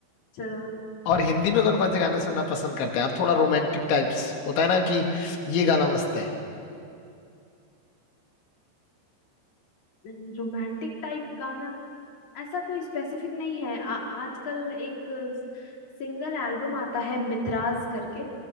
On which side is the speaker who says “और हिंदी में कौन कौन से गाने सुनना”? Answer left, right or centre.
Left